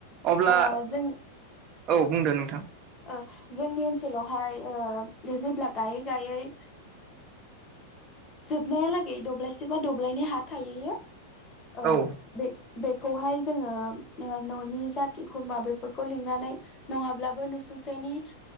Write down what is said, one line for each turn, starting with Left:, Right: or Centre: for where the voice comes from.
Right: अब्ला।
Left: ओ जों
Right: औ बुंदो नोंथां।
Left: ओ जोंनि ओनसोलावहाय जेब्ला गायै-गायै जोबनायालागै दब्लायसे बा दब्लायनि हा थाहैयो। ओ
Right: औ
Left: बे बेखौहाय जोंङो ननि जाथि खुरमा बेफोरखौ लिंनानै नंङाब्लाबो नुसुंसेनि